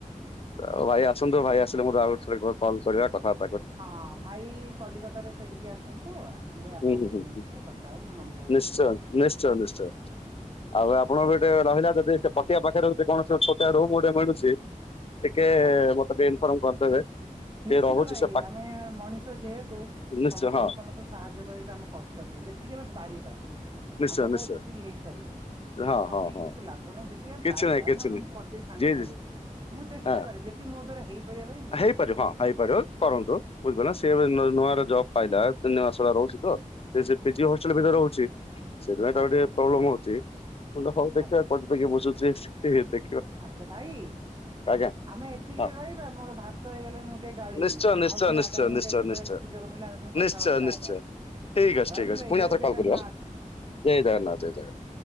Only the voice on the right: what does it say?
ହଁ ଭାଇ କଲିକତା ରୁ ଫେରିକି ଆସନ୍ତୁ, ଆସିଲେ ଆପଣଙ୍କ
<unintelligible> କଥା ତା ନମ୍ବର୍
ସମ୍ପର୍କ
ଆଜ୍ଞା।
ନିଶ୍ଚିତ
ଭାଇ
ଆମେ ମଣିଷ ଯେହେତୁ
ସମସ୍ତଙ୍କୁ
ସମସ୍ତେ ସାହାଯ୍ୟ କରିବା ସେଟା ଆମ କର୍ ତବ୍ୟ ଯେତିକି ଆମେ ପାରିବା।
ଆମ
ଦ୍ଵାରା ଯେତିକି ହେଇପାରିବା।
ଠକିକି
କିଛି ଲାଭ ନାହିଁ ଯେ ତି ଆମ
ପାରିବା
ନା ନା
ମୁଁ କରିଦେବି ସାଙ୍ଗେ
ସାଙ୍ଗେ ମୁଁ ଚେଷ୍
ଟା କରେ ଯେତିକି ମୋ ଦ୍ଵାରା ହେଇପାରିବ ଭାଇ ମୁଁ
ସେତିକି
କହିବି।
ଆଜ୍ଞା।
ଆଜ୍ଞା
ଆଚ୍ଛା ଭାଇ।
ଆମେ ଏତିକିରେ
ରହିବା। ମୋର ଭାତ ହେଇଗଲାଣି ମୁଁ ଟିକେ ଗାଳିବି।
ଆଉ ପୁଣି
ଆଗାମୀରେ
କେତେବେ
ସୁଯୋଗ ମିଳିଲେ ଆମେ ପୁଣି କଥାବାର୍ତ୍ତା
ହେବା।
ରହିଲି
ଭାଇ
ଜୟ
ଜଗନ୍ନାଥ।